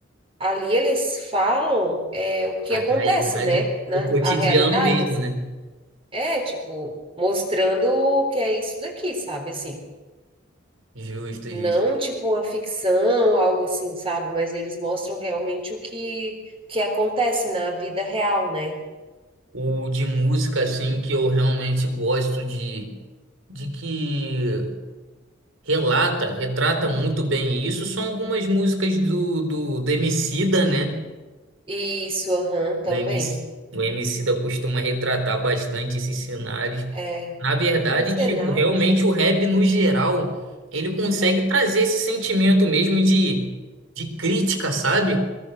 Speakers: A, on the right; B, on the right.
A: Ali eles falam é, o que
B: A
A: acontece,
B: realidade,
A: né? Na,
B: o cotidiano
A: a realidade,
B: mesmo,
A: assim.
B: né?
A: É, tipo, mostrando o que é isso daqui, sabe? Assim,
B: Justo,
A: não
B: justo.
A: tipo uma ficção, algo assim, sabe? Mas eles mostram realmente o que, que acontece na vida real, né?
B: O de música, assim, que eu realmente gosto de, de que relata, retrata muito bem isso, são algumas músicas do, do, do Emicida, né?
A: Isso, aham, também.
B: O MC, o Emicida costuma retratar bastante esses cenários.
A: É,
B: Na verdade,
A: os cenários,
B: tipo, realmente o rap no geral, ele consegue
A: é. é.
B: trazer esse sentimento mesmo de, de crítica, sabe?